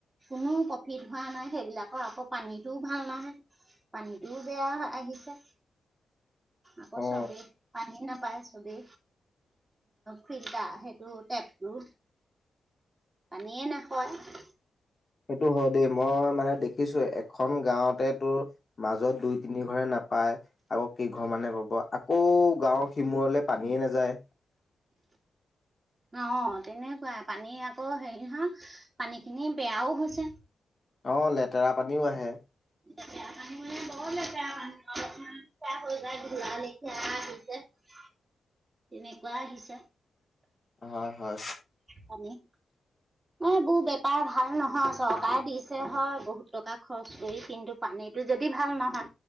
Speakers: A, on the right (about 20°); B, on the left (about 40°).
A: কোনো প্ৰফিট হোৱা নাই সেইবিলাকৰ আকৌ পানীটোও ভাল নাহে। পানীটোও বেয়া আহিছে, আকৌ
B: অ
A: চবেই পানী নাপায়। চবে ফিল্টাৰ, সেইটো টেপটো। পানীয়ে নাই খোৱা।
B: সেইটো হয় দেই মই মানে দেখিছোঁ এখন গাঁৱতে তোৰ মাজত দুই তিনি ঘৰে নাপ- পাই আকৌ কি ঘৰ মানে পাব আকৌ গাঁৱৰ সিমূৰলে পানীয়ে নেযায়।
A: অ তেনেকুৱাই পানী আকৌ হেৰি হা পানী খিনি বেয়াও হৈছে।
B: অ লেতেৰা পানীও আহে।
A: লেপেৰা পানী বৰ লেপেৰা পানী হৈ যায় ঢলা লেখিয়ছে <unintelligible> তেনেকুৱা আহিছে।
B: হয় হয়
A: হেলোঁ, অ বৌ বেপ <unintelligible> চৰকাৰ ভাল নহয় চৰকাৰে দিছে হয় বহুত টকা খৰচ কৰি কিন্তু পানীটো যদি ভাল নহয়।